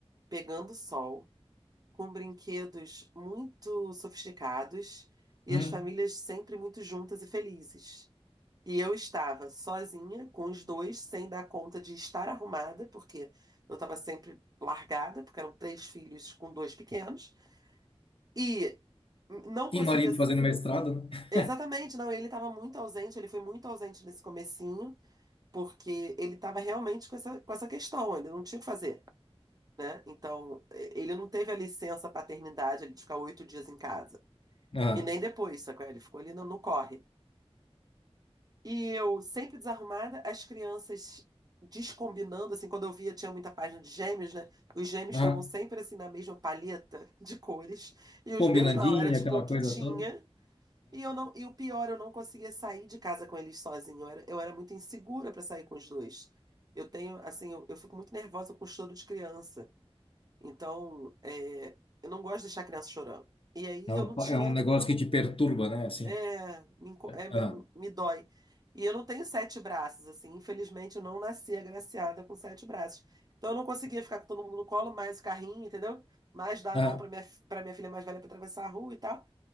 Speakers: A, on the right (about 35°); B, on the left (about 60°).
A: pegando sol, com brinquedos muito sofisticados e
B: uhum.
A: as famílias sempre muito juntas e felizes. E eu estava sozinha, com os dois, sem dar conta de estar arrumada, porque eu estava sempre largada, porque eram três filhos com dois pequenos, e não conseguia.
B: E marido fazendo mestrado, né?
A: Exatamente, não, ele estava muito ausente, ele foi muito ausente nesse comecinho, porque ele estava realmente com essa, com essa questão, ele não tinha o que fazer. né? Então, ele não teve a licença paternidade ali de ficar oito dias em casa.
B: <laughs> Ah,
A: E nem depois, sacou? Ele ficou ali no, no corre. E eu, sempre desarrumada, as crianças descombinando, assim, quando eu via, tinha muita página de gêmeos, né? Os gêmeos
B: ah,
A: estavam sempre, assim, na mesma palheta de cores. E os
B: combinandinha,
A: meus não, era tipo
B: aquela
A: o que
B: coisa
A: tinha.
B: toda.
A: E eu não, e o pior, eu não conseguia sair de casa com eles sozinha. Eu era, eu era muito insegura para sair com os dois. Eu tenho, assim, eu, eu fico muito nervosa com choro de criança. Então, é, eu não gosto de deixar a criança chorando. E aí
B: Não,
A: eu não tinha.
B: é um negócio que te perturba, né? Assim.
A: é, me, enco- é, me,
B: Ah,
A: me dói. E eu não tenho sete braços, assim. Infelizmente, eu não nasci agraciada com sete braços. Então, eu não conseguia ficar com todo mundo no colo, mais o carrinho, entendeu? Mais dar
B: ah.
A: a mão para minha, para minha filha mais velha para atravessar a rua e tal.